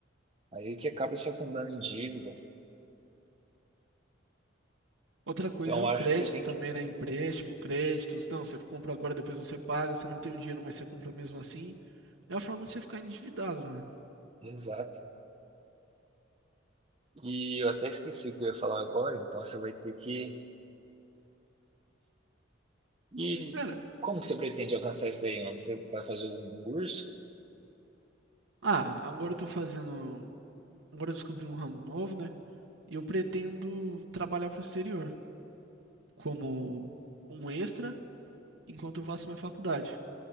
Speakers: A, on the right; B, on the right.
A: Aí que acaba se afundando em dívida.
B: Outra coisa
A: Então,
B: é o
A: acho
B: crédito
A: que você tem
B: também,
A: que.
B: né? Empréstimo, créditos. Não, você compra agora, depois você paga. Você não tem o dinheiro, mas você compra mesmo assim. É a forma de você ficar endividado, né?
A: Exato. E eu até esqueci o que eu ia falar agora, então você vai ter que E
B: Cara,
A: como que você pretende alcançar isso aí, mano? Você vai fazer algum curso?
B: ah, agora eu tô fazendo. Agora eu descobri um ramo novo, né? E eu pretendo trabalhar pro exterior como um extra enquanto eu faço minha faculdade.